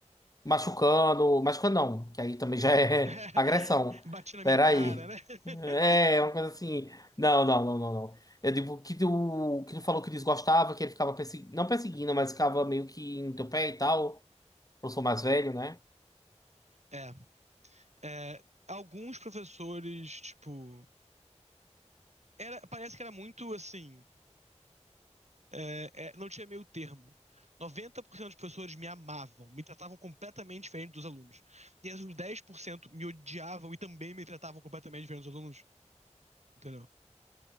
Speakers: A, on the left; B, on the right.
A: Machucando, machucando não, que aí também já é
B: <laughs>
A: <laughs> agressão.
B: Bati na
A: Peraí.
B: minha cara, né? <laughs>
A: É, uma coisa assim. Não, não, não, não, não. Eu digo que tu, que tu falou que desgostava, que ele ficava perseguindo, não perseguindo, mas ficava meio que em teu pé e tal. Eu sou mais velho, né?
B: É. é, alguns professores, tipo. Era, parece que era muito assim. é, é, não tinha meio termo. 90% dos professores me amavam, me tratavam completamente diferente dos alunos. E os 10% me odiavam e também me tratavam completamente diferente dos alunos. Entendeu?